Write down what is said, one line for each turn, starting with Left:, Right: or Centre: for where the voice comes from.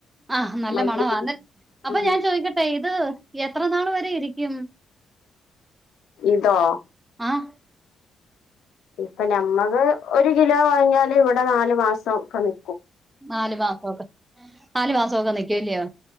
Right: ആഹ് നല്ല
Left: മല്ലി
Right: മണമാ ന്ന് അപ്പൊ
Left: ഉം
Right: ഞാൻ ചോയിക്കട്ടെ ഇത്. എത്ര നാള് വെരെയിരിക്കും?
Left: ഇതോ?
Right: <unintelligible>
Left: ഇപ്പൊ നമ്മക്ക് ഒരു കിലോ വാങ്ങിയാല് ഇവടെ നാലു മാസമൊക്ക് നി
Right: നലു മാസമൊക്കെ നാല് മാസൊക്കെ നിക്കും അല്ലയോ?